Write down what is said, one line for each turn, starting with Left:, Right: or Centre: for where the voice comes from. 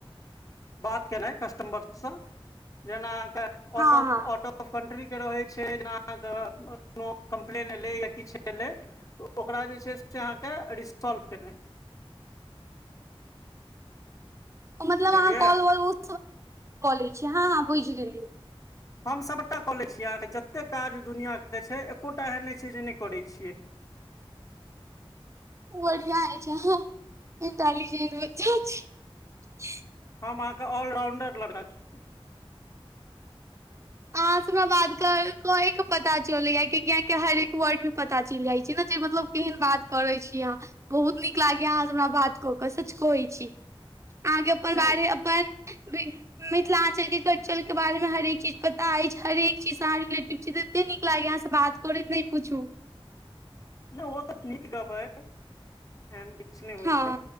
Left: बात केनाइ कस्टमर स जेना क
Right: हँ
Left: आउट ऑफ
Right: हँ
Left: आउट ऑफ कन्ट्री के रहै छै जेना अहाँके कोनो कम्प्लेन एलै या किछ एलै ओकरा जे छै से अहाँके रिसोल्व केनाइ
Right: मतलब
Left: बुझलियै
Right: अहाँ कॉलवाॅल, कऽ लै छियै हँ हँ बुइझ गेलियै
Left: हम सभटा कऽ लै छीयै अहाँके जतेक काज दुनिआँके छै एकोटा एहन नहि छै जे नै करै छियै
Right: खूब बढ़ियाँ अइछ कहां इन्टेलिजेंट बच्चा छी
Left: हम अहाँके ऑलराउंडर लड़का छी
Right: अहाँ से हमरा बात कए क पता चलै या कि गेके हरएक वर्ड मे पता चैल जाइ छै ने जे मतलब केहन बात करै छी अहाँ बहुत नीक लागैया अहाँसँ हमरा बात कऽ कऽ सच कहै छी अहाँके अप्पन बारे
Left: नहि
Right: अपन मिथिलांचल के कल्चर के बारेमे हरेक चीज पता अछि हरेक चीजसँ अहाँ रिलेटिव छी तऽ एते नीक लागैए अहाँसँ बात करैत नहि पूछू
Left: तऽ ओ तऽ नीत गप अइ एहन किछ नहि होइ
Right: हँ
Left: छै